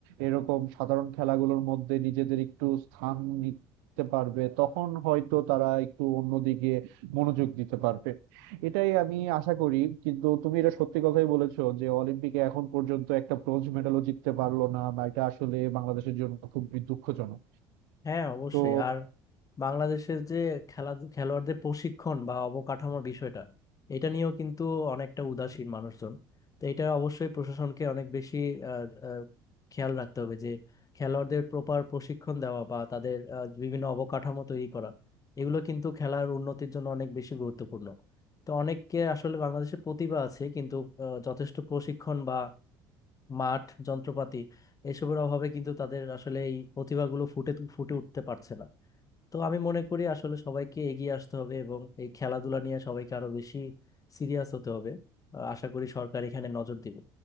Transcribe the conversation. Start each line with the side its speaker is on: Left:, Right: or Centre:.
Right: এরকম সাধারণ খেলাগুলোর মধ্যে নিজেদের একটু স্থান নিতে পারবে তখন হয়তো তারা একটু অন্যদিকে মনোযোগ দিতে পারবে এটাই আমি আশা করি কিন্তু তুমি এটা সত্যি কথাই বলেছো যে অলিম্পিকে এখন পর্যন্ত একটা ব্রোঞ্জ মেডালও জিততে পারলো না বা এটা আসলে বাংলাদেশের জন্য খুবই দুঃখজনক
Left: হ্যাঁ অবশ্যই
Right: তো
Left: আর বাংলাদেশের যে খেলা খেলোয়াড়দের প্রশিক্ষণ বা অবকাঠামোর বিষয়টা এটা নিয়েও কিন্তু অনেকটা উদাসীন মানুষজন তো এটা অবশ্যই প্রশাসনকে অনেক বেশি আহ, আহ, খেয়াল রাখতে হবে যে খেলোয়াড়দের প্রপার প্রশিক্ষণ দেওয়া বা তাদের আহ, বিভিন্ন অবকাঠামো তৈরি করা এগুলো কিন্তু খেলার উন্নতির জন্য অনেক বেশি গুরুত্বপূর্ণ তো অনেককে আসলে বাংলাদেশের প্রতিভা আছে কিন্তু আহ, যথেষ্ট প্রশিক্ষণ বা মাঠ যন্ত্রপাতি এসবের অভাবে কিন্তু তাদের আসলে এই প্রতিভাগুলো ফুটে তু- ফুটে উঠতে পারছে না তো আমি মনে করি আসলে সবাইকে এগিয়ে আসতে হবে এবং এই খেলাধুলা নিয়ে সবাইকে আরো বেশি সিরিয়াস হতে হবে আহ, আশা করি সরকার এখানে নজর দিবে